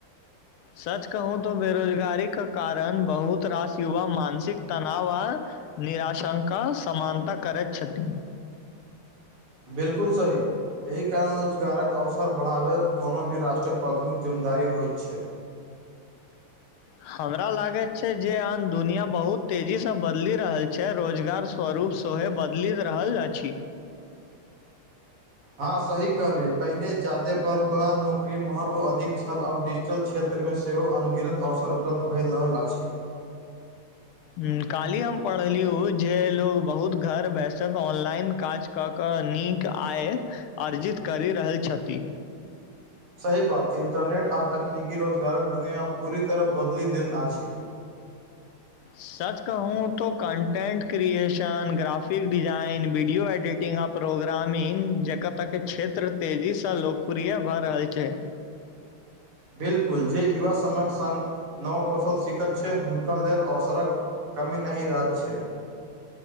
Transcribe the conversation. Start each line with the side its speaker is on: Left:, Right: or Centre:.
Left: सच कहू तो बेरोजगारी क कारण बहुत रास युवा मानसिक तनाव आ निराशंका समानता करैत छथिन
Right: बिलकुल सही एहि कारण रोजगारक अवसर बढ़ाबैत कोनो भी राष्ट्रक प्राथमिक जिम्मेदारी होइत छै
Left: हमरा लागैत छै जे आन दुनिया बहुत तेजी से बदलि रहल छै रोजगार स्वरूप सहे बदलि रहल अछि
Right: हँ सही कहलियै पहिने जाते परम्परा नौकरी महत्व अधिक छल आब डिजिटल क्षे त्रमे सेहो अनगिनत अवसर उपलब्ध भऽ रहल अछि
Left: ह काली हम पढ़लीयौ जे लोग बहुत घर बैसक ऑनलाइन काज क कऽ नीक आय अर्जित करि रहल छथि
Right: सही बात इन्टरनेट आ तकनीकी रोजगारक दुनिआ पूरी तरह बदलि देन आछि
Left: सच कहूं तो content creation graphic design video edit आ प्रोग्रामिंग जकरय तक क्षेत्र तेजीसँ लोकप्रिय भऽ रहल छै
Right: बिलकुल जे युवा सनक सङ्ग नव कौशल शिखक छै हुनका लेल अवसरक कमी नहि रहत छै